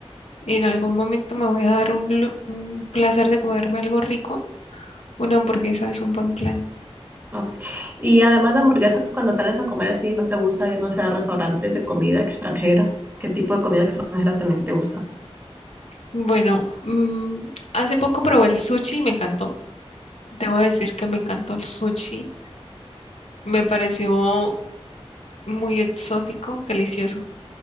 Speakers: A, on the left; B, on the right.
A: en algún momento me voy a dar un, lu- un placer de comerme algo rico. Una hamburguesa es un buen plan.
B: Ok. Y además de hamburguesas, cuando sales a comer así, ¿no te gusta ir, no sé, a restaurantes de comida extranjera? ¿Qué tipo de comida extranjera también te gusta?
A: Bueno, mm, hace poco probé el sushi y me encantó. Debo decir que me encantó el sushi. Me pareció muy exótico, delicioso.